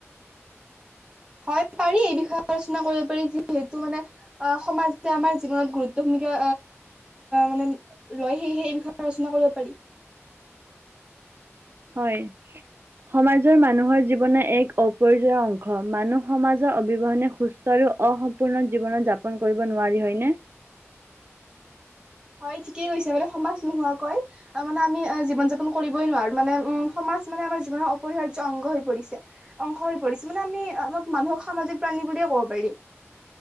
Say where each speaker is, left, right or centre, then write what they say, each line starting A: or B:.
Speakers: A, on the right; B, on the right.
A: হয় পাৰি। এই বিষয়ে আলোচনা কৰিব পাৰি। যিহেতু মানে সমাজে আমাৰ জীৱনত গুৰুত্ব ভূমিকা মানে লয়। সেয়েহে এই বিষয়ে আলচনা কৰিব পাৰি।
B: হয়, সমাজৰ মানুহৰ জীৱনৰ এক অপৰিজয় অংশ মানুহ সমাজৰ অবিৱহনে সুস্থ আৰু অসম্পূৰ্ণ জীৱনত যাপন কৰিব নোৱাৰি, হয়নে?
A: হয়, ঠিকেই কৈছে বানে সমাজ নোহোৱাকৈ মানে আমি জীৱন যাপন কৰিবই নোৱাৰো। মানে উ'ম সমাজ মানে আমাৰ জীৱনৰ অপৰিহাৰ্য অংগ হৈ পৰিছে, অংশ হৈ পৰিছে মানে আমি আমাক মানুহক সামাজিক প্ৰাণী বুলিয়ে কব পাৰিম।